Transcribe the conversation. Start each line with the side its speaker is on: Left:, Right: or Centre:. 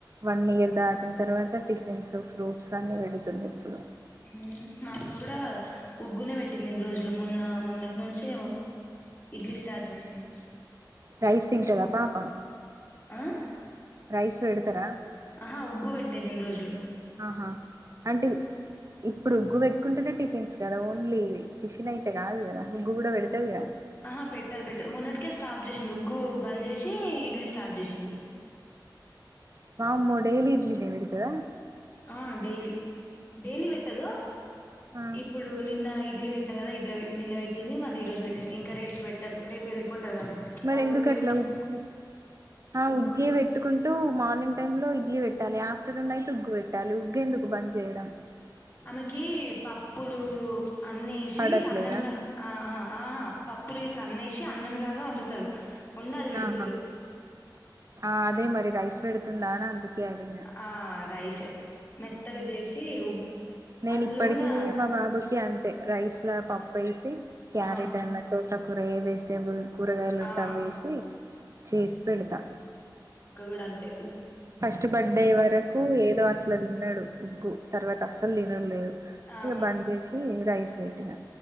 Right: వన్ ఇయర్ దాటిన తర్వాత టిఫిన్స్ ఫ్రూట్స్ అన్ని పెడుతుంది ఇప్పుడు.
Left: ఉమ్ మా అక్క కూడా ఉగ్గునే పెట్టింది ఇన్ని రోజులు మొన్న మొన్నటి నుంచేమో. ఇడ్లీ స్టార్ట్ చేసింది
Right: రైస్ తింటదా పా పా
Left: ఆ
Right: రైస్ పెడతరా
Left: ఆహా ఉగ్గు పెట్టేదిన్నిరోజులు
Right: ఆహా అంటే ఇప్పుడు ఉగ్గు పెట్టుకుంటేనే టిఫిన్స్ కదా ఓన్లీ టిఫిన్ అయితే కానదు కదా ఉగ్గు కూడా పెడతది కదా
Left: ఆహా పెట్టదు పెట్టదు మొన్నటికే స్స్టాప్ చేసింది ఉగ్గు బంద్ చేసి ఇడ్లీ స్టార్ట్ చేసింది
Right: వామ్మో డైలీ ఇడ్లీ నే పెడ్తదా
Left: ఆ డైలీ డైలీ పెట్టదు
Right: ఆ,
Left: ఇప్పుడు నిన్న ఇడ్లి పెట్టం కదా ఇ నిన్న పెట్టి మళ్ళీ ఈ రోజు పెట్టిందింకా రేపు పెట్టదు వెళ్ళిపోతది వాళ్ళ ఇంటికి
Right: మరి
Left: వాళ్ళ
Right: ఎందుకు
Left: ఊరికెళ్తే
Right: అట్లా ఉగ్గు ఆ
Left: ఉగ్గు
Right: ఉగ్గే పెట్టుకుంటూ మార్నింగ్ టైమ్ లో ఇడ్లీ పెట్టాలి ఆఫ్టర్నూన్ నైట్ ఉగ్గు పెట్టాల పెట్టాలి ఉగ్గేందుకు బంద్ చేయడం
Left: ఆమెకి పప్పులు అన్నేసి
Right: పడట్లేదా
Left: అన్నంలా ఆా ఆహా పప్పులు ఇట్లా అన్నేసి అన్నంలాగా వండుతారు ఉండి అది పెడుతుర్ర
Right: ఆహా ఆ అదే మరి రైస్ ఎడుతుందా అందుకే అడిగిన
Left: ఆ రైసే మెత్తగా
Right: ఉహు
Left: చేసి ఉగ్
Right: నేను
Left: అందులో
Right: ఇప్పటికి
Left: కూడా
Right: మా బాబుకి అంతే రైస్ ల పప్పు వేసి క్యారెట్
Left: ఆ
Right: అన్న తో టకూరగాయ వెజిటేబుల్ కూరగాయలు ఉంటా
Left: ఆ
Right: వేసి చేసి పెడతా
Left: గూడా అంతే ఉఊ
Right: ఫస్ట్ బర్త్డే వరకు ఏదో అట్ ఇట్లా తిన్నడు ఉగ్గు తర్వాత అస్సలు తినట్లేదు
Left: ఆ
Right: ఇక
Left: అవును
Right: బంద్ చేసి రైస్ పెట్టిన